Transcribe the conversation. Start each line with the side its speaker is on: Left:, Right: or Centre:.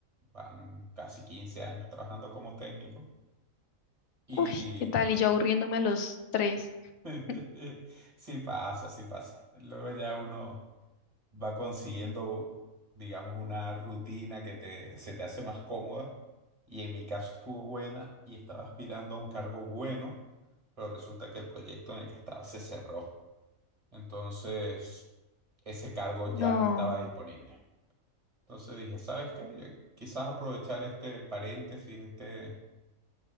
Right: van casi 15 años trabajando como técnico. y
Left: Uy, ¿qué tal? Y yo aburriéndome a los tres.
Right: <laughs>
Left: <laughs>
Right: Sí pasa, sí pasa. Luego ya uno va consiguiendo, digamos, una rutina que te, se te hace más cómoda. Y en mi caso estuvo buena y estaba aspirando a un cargo bueno, pero resulta que el proyecto en el que estaba se cerró. Entonces, ese cargo ya
Left: No,
Right: no estaba disponible. Entonces dije, ¿sabes qué? Yo quizás aprovechar este paréntesis, este